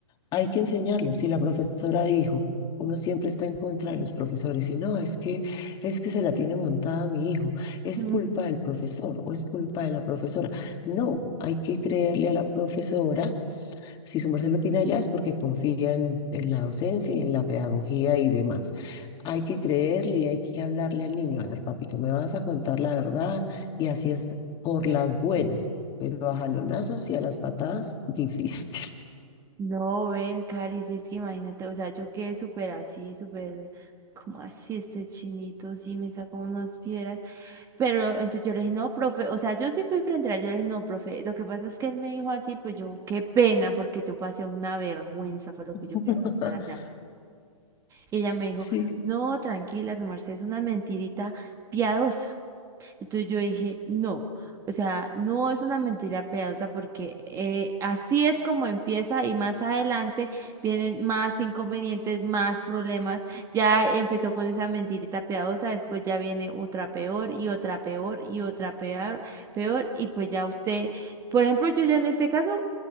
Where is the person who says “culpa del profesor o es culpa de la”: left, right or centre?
Left